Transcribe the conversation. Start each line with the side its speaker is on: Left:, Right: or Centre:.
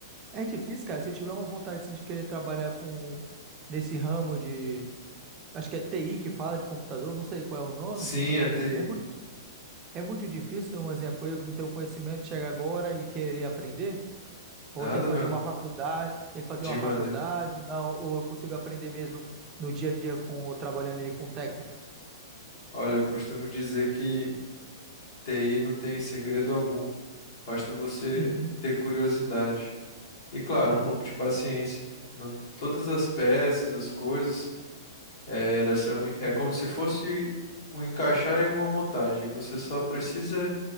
Right: É difícil, cara. Se eu tiver uma vontade assim, de querer trabalhar com nesse ramo de. Acho que é TI que fala de computador, não sei qual é o nome.
Left: Sim, é TI.
Right: É muito, é muito difícil, um exemplo, eu que não tenho conhecimento, chegar agora e querer aprender. Ou
Left: Nada
Right: tem que fazer
Left: mesmo.
Right: uma faculdade, tem que fazer
Left: Dima,
Right: uma faculdade,
Left: né?
Right: ou não, ou eu consigo aprender mesmo no dia a dia com o- trabalhando ele com o técnico.
Left: Olha, eu costumo dizer que TI não tem segredo algum. Basta você
Right: Uhum,
Left: ter curiosidade. E claro,
Right: uhum,
Left: um pouco de paciência. Não, todas as peças, as coisas, eh, elas são, é
Right: sim,
Left: como se fosse um encaixar e uma montagem. Você só precisa